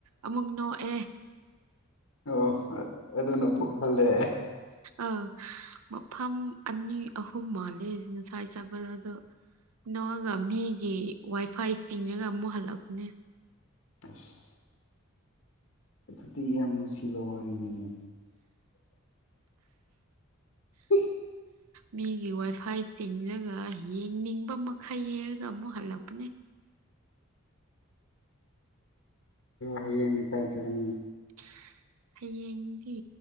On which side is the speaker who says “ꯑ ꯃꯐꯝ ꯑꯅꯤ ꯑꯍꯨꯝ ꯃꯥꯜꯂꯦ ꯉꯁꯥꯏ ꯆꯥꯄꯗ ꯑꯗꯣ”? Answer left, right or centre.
Right